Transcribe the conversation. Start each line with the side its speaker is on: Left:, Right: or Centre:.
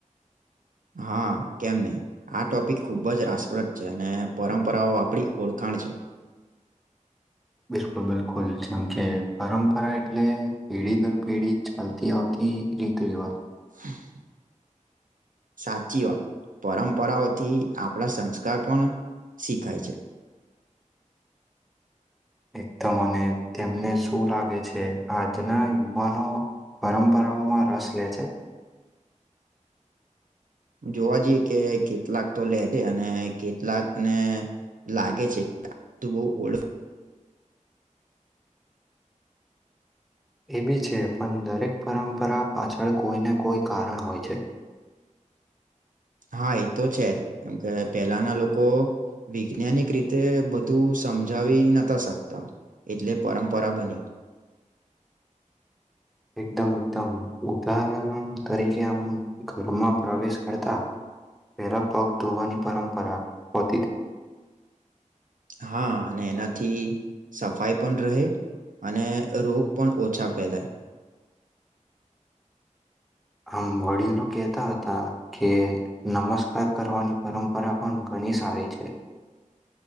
Right: હા કેમ નહી આ ટોપિક ખુબ જ રાસપ્રદ છે અને પરંપરાઓ આપડી ઓળખા કણ છે
Centre: બિલકુલ બિલકુલ જેમ કે પરંપરા એટલે પેઢી દર પેઢી ચાલતી આવતી એ રીતિ રવાત
Right: હ સાચી વાત પરંપરાઓથી આપણા સંસ્કાર પણ શીખાય છે.
Centre: એકદમ અને તેમને શું લાગે છે આજના યુવાનો પરંપરાઓમાં રસ લે છે.
Right: જોવા જઈએ કે કેટલાક તો લે છે અને કેટલાકને લાગે છે તું બઉ ઓળખ
Centre: એ બી છે પણ દરેક પરંપરા પાછળ કોઈને કોઈ કારણ હોય છે.
Right: હા એ તો છે જ કેમ કે પેલાના લોકો વિજ્ઞાનિક રીતે બધું સમજાવી નતા શકતા. એટલે પરંપરા બની
Centre: એકદમ એકદમ ઉદાહરણ તરીકે આમ ઘરમાં પ્રવેશ કરતા પેરા પગ ધોવાની પરંપરા હોતી.
Right: હા અને એનાથી સફાઈ પણ રહે. અને રોગ પણ ઓછા પેદાય.
Centre: આમ વડીલો કેતા હતા કે નમસ્કાર કરવાની પરંપરા પણ ગણેશ સારી છે.